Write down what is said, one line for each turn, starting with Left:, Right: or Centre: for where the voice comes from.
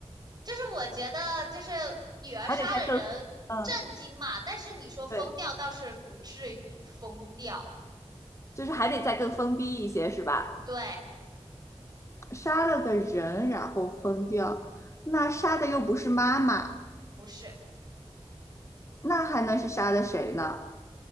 Right: 就是我觉得，就是女儿杀了人。
Left: 还得再更疯，嗯，
Right: 震惊嘛，但是你说疯掉倒是不至于疯掉，
Left: 对，就是还得再更疯逼一些，是吧？
Right: 对，
Left: 杀了个人然后疯掉，那杀的又不是妈妈，
Right: 不是，
Left: 那还能是杀的谁呢？